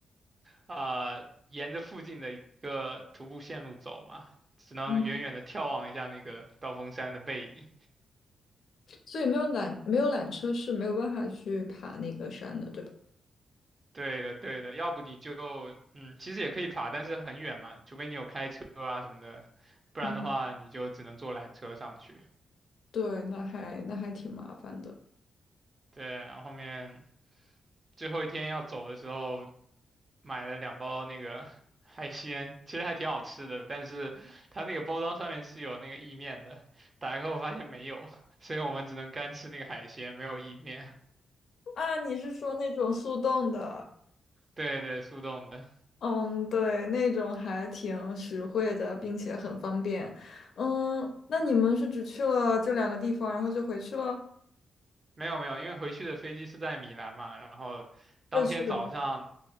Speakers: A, on the right; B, on the left.
A: 呃沿着附近的一个徒步线路走嘛，只能远远的眺望一下那个刀锋山的背影。
B: 嗯，所以没有缆没有缆车是没有办法去爬那个山的，对吧？
A: 对的，对的，要不你就，嗯，其实也可以爬，但是很远嘛，除非你有开车啊什么的，不然的话你就只能坐缆车上去。
B: 嗯。对，那还那还挺麻烦的
A: 对，然后后面最后一天要走的时候，买了两包那个 <laughs> 海鲜，其实还挺好吃的，但是它那个包装上面是有那个意面的，打开后发现没有，<laughs> 所以我们只能干吃那个海鲜，没有意面。
B: 啊！你是说那种速冻的？
A: 对对，速冻的，
B: 嗯，对，那种还挺实惠的，并且很方便。嗯，那你们是只去了这两个地方，然后就回去了？
A: 没有没有，因为回去的飞机是在米兰嘛，然后当天早上。
B: 又去了。